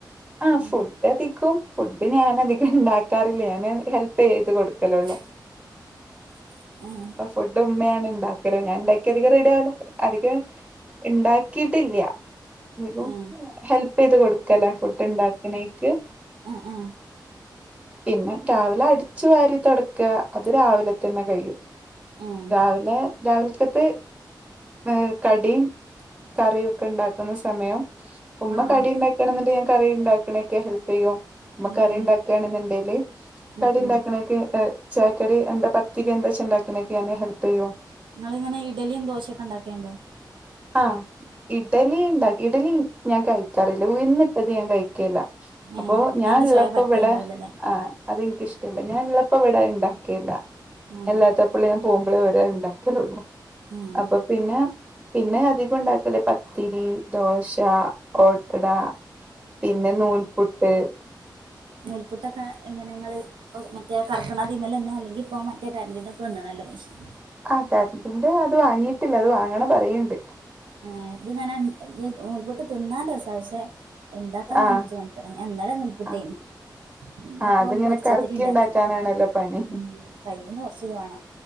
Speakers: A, on the right; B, on the right.
A: ആഹ്
B: ഏഹ്
A: ഫുഡ് അധികം ഫുഡ് ഞാൻ അധികം ഉണ്ടാക്കാറില്ല ഞാന് ഹെൽപ്പ് ചെയ്ത് കൊടുക്കലൊള്ളൂ
B: <unintelligible> ഏഹ്
A: ഫുഡ് ഉമ്മയാണ് ഇണ്ടാക്കല് ഞാൻ ഉണ്ടാക്കിയ അധികം റെഡി ആവില്ല അധികം ഇണ്ടാക്കിട്ടില്ല ഇനി ഇപ്പ
B: ഏഹ്
A: ഹെൽപ് ചെയ്ത് കൊടുക്കല ഫുഡ് ഇണ്ടാക്ക്‌ണീക്ക്
B: ഏഹ് ഏഹ്
A: പിന്നാ രാവിലെ അടിച്ചു വാരി തൊടക്ക അത് രാവിലെ തന്നെ കഴിയും
B: ഏഹ്
A: രാവിലെ രാവിലക്കത്ത് ഏയ് കടിയും കറിയും ഒക്കെ ഉണ്ടാക്കുന്ന സമയം ഉമ്മ
B: ആഹ്
A: കടി
B: ആഹ്
A: ഇണ്ടാക്കാണെ എന്ന ഞാൻ കറി ഇണ്ടാക്കണ ഒക്കെ ഹെല്പ് ചെയ്യും ഉമ്മ
B: ഉം
A: കറി
B: ഉം
A: ഉണ്ടാക്കാണ്‌ണ്ടങ്കിൽ ഞാൻ
B: ഉം
A: കടി ഉണ്ടാക്ക്ണക്കെ
B: ഉം
A: ചായക്കടി എന്താ പത്തിരി എന്താച്ചാ ഇണ്ടാക്കണേ <unintelligible> ഹെൽപിയ്യും
B: ഇങ്ങള് ഇങ്ങനെ ഇഡലിം ദോശയൊക്കെ ഇണ്ടാക്കേണ്ടോ
A: ആഹ് ഇഡലി ഇണ്ടാ ഇഡലി ഞാൻ കഴിക്കാറില്ല ഉയ്ന്നിട്ടത് ഞാൻ കഴിക്കാറില്ല അപ്പോ
B: ഏ
A: ഞാൻ
B: അതിന്റെ
A: ഇള്ളപ്പോ
B: ചോയ പറ്റേണ്ടാവില്ലല്ലേ
A: ഇവടെ അഹ് അത് ഇൻക്ക്‌ ഇഷ്ടല്ല ഞാൻ ഇള്ളപ്പോ ഇവിടെ ഇണ്ടാക്കേല്ല
B: ഉം
A: ഞാൻ ഇല്ലാത്ത ഇപ്പളെ ഞാൻ പോകുമ്പോളേ ഒരഹ് ഇണ്ടാക്കലൊള്ളൂ
B: ഉം
A: അപ്പ പിന്നെ പിന്നെ അധികം ഉണ്ടാക്കല് പത്തിരി ദോ <unintelligible> ഓട്ടട പിന്നെ
B: ഉം
A: നൂൽ പുട്ട്
B: നൂൽപുട്ടൊക്കെ എങ്ങനെ ഇങ്ങള് മറ്റെ കർക്ക്‌ണതിമേലന്നെ അല്ലെങ്കി ഇപ്പോ മറ്റേ കരണ്ടിന്റെ ഒക്കെ വന്നീണല്ലോ മിഷീൻ
A: ആ കരറിന്റെ അത് വാങ്ങിയിട്ടില്ല അത് വാങ്ങണം പറീണ്ട്
B: ഏയ് ഇത് ഇങ്ങനെ <unintelligible> നൂൽപുട്ട് തിന്നാൻ രസാ പഷേ ഇണ്ടാക്കാൻ
A: ആഹ്
B: കൊറച്ച് മൻകട ഞാൻ ഇന്നലെ നൂൽപുട്ടേയ്നി
A: ആഹ്
B: ഇന്ന്
A: ആഹ്
B: ഇപ്പോ
A: അതിങ്ങനെ
B: പൊരിച്ചത്തിരി
A: കറക്കി
B: ഇണ്ടാക്കി
A: ഉണ്ടാക്കാനാണല്ലോ പണി
B: ഉം കൈയ്യിന് കൊറച്ച് ഇത് വാണം